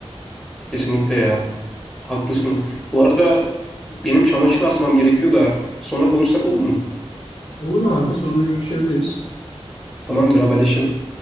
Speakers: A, in the centre; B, on the left.
A: Kesinlikle ya. Haklısın. Bu arada benim çamaşır asmam gerekiyor da sonra konuşsak olur mu?
B: Olur abi sonra görüşebiliriz.
A: Tamamdır, haberleşiriz.